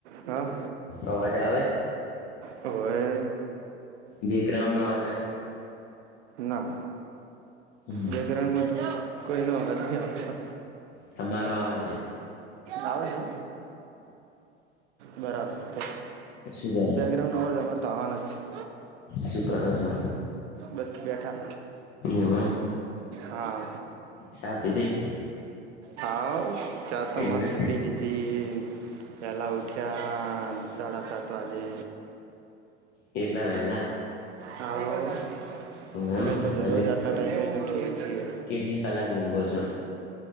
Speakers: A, on the right; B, on the left.
A: હા
B: અવાજ આવે
A: હોવે <unintelligible>
B: બેકરાઉન્ડ ન વ <unintelligible>
A: ના
B: હમ
A: બેક્રઉન્ડમાં તો કોઈ નો અવાજ નહી આવતો
B: તમારો આવે છે
A: આવે છે. બરાબર તો
B: અછી તા <unintelligible>
A: નજમા તવા નથી
B: શું કરો છો
A: બસ બેઠા
B: એવું એમ
A: હા
B: ચા પીધી
A: હાવ ચાતો
B: એવે
A: મસ્ત પી લી તથી પલા ઉઠ્યા સાડા સાત વાજે
B: એટલા વહેલા
A: હા
B: એવું
A: અમે
B: એમ
A: તો દરરોજ
B: તમે
A: આટલા ટાઈમે જ ઉઠીએ છીએ
B: કેટલા કલાક ઊંઘો છો